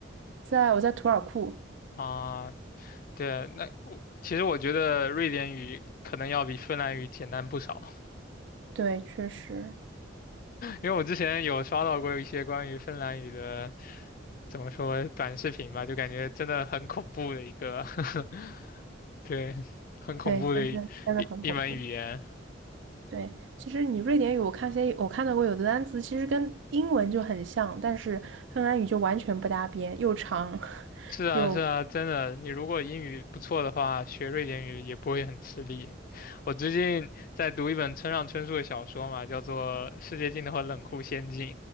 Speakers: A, on the right; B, on the left.
A: 在我在图尔库，
B: 啊，对，那我其实我觉得瑞典语可能要比芬兰语简单不少。
A: 对，确实，
B: 因为我之前有刷到过一些关于芬兰语的，怎么说短视频吧，就感觉真的很恐怖的一个，<laughs> 对，很恐怖的一一一门语言。
A: 对，真的真的很恐怖。对，其实你瑞典语，我看些我看到过有的单词，其实跟英文就很像，但是芬兰语就完全不搭边，又长 <laughs>
B: 是啊，
A: 又
B: 是啊，真的，你如果英语不错的话，学瑞典语也不会很吃力。我最近在读一本村上春树的小说嘛，叫做《世界尽头和冷酷仙境》，